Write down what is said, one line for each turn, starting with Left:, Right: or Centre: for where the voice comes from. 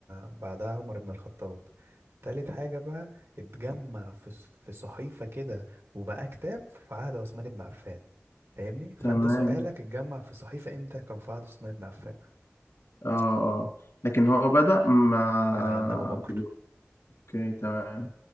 Right: بعدها عمر بن الخطاب تالت حاجه بقى اتجمع في ص- في صحيفه كده وبقى كتاب في عهد عثمان بن عفان فاهمني
Left: تمام
Right: فانت سؤالك اتجمع في صحيفه امتى كان في عهد عثمان بن عفان
Left: اه آه. لكن هو بدأ مع
Right: من عند ابو
Left: أبو
Right: بكر
Left: بكر أوكي تمام